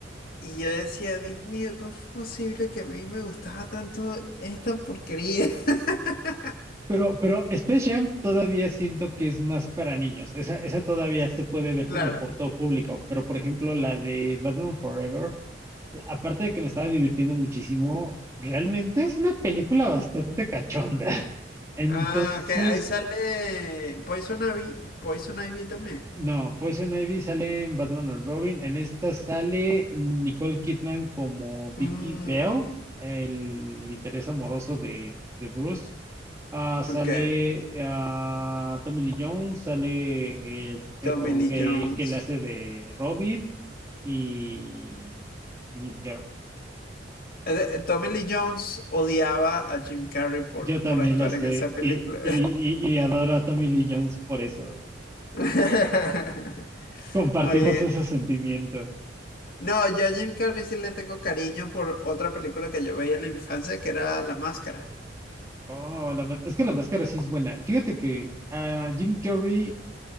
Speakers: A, on the left; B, on the right.
A: Y yo decía, Dios mío, ¿cómo es posible que a mí me gustaba tanto esta porquería? <laughs>
B: Pero, pero Space Jam todavía siento que es más para niños. Esa, esa todavía se puede ver
A: Claro.
B: como por todo público. Pero, por ejemplo, la de Batman Forever, aparte de que me estaba divirtiendo muchísimo, realmente es una película bastante cachonda. <laughs> Entonces,
A: Ah, que ahí sale Poison Ivy, Poison Ivy también.
B: No, Poison Ivy sale en Batman and Robin. En esta sale Nicole Kidman como Vicky
A: Mm,
B: Bell, el interés amoroso de, de Bruce. Ah, sale
A: ok,
B: ah, Tommy Lee Jones, sale el sujeto
A: Tommy Lee
B: gay
A: Jones.
B: que le hace de Robin y Jim Carrey.
A: Eh, eh, Tommy Lee Jones odiaba a Jim Carrey por,
B: Yo también
A: por actuar
B: lo sé
A: en esa película.
B: y, y, y y adoro a Tommy Lee Jones por eso.
A: <laughs>
B: Compartimos
A: Muy bien.
B: ese sentimiento.
A: No, yo a Jim Carrey sí le tengo cariño por otra película que yo veía en la infancia que era La Máscara.
B: Oh, la ma- es que la máscara sí es buena. Fíjate que a Jim Carrey